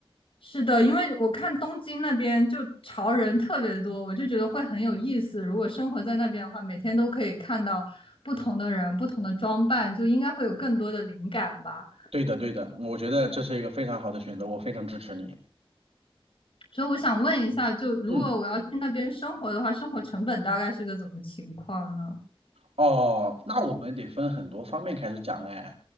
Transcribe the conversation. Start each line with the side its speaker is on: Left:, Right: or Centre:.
Left: 是的，因为我看东京那边就潮人特别多，我就觉得会很有意思。如果生活在那边的话，每天都可以看到不同的人、不同的装扮，就应该会有更多的灵感吧。
Right: 对的对的，我觉得这是一个非常好的选择，我非常支持你。
Left: 所以我想问一下，就如果我要去那边生活的话，
Right: 嗯。
Left: 生活成本大概是个怎么情况呢？
Right: 哦，那我们得分很多方面开始讲嘞。